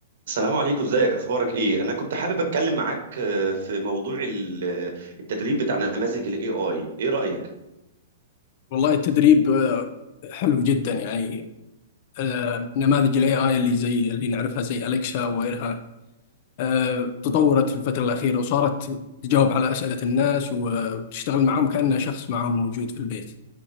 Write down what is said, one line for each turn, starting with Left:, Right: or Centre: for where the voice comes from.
Right: السلام عليكم ازيك اخبارك ايه انا كنت حابب اتكلم معاك آه، في موضوع ال- التدريب بتاع نماذج الاي اي ايه رايك
Left: والله التدريب آه، حلو جدا يعني آه، نماذج الاي اي اللي زي اللي نعرفها زي اليكسا وغيرها آه، تطورت في الفترة الأخيرة وصارت تجاوب على أسئلة الناس وتشتغل معهم كأنه شخص معهم موجود في البيت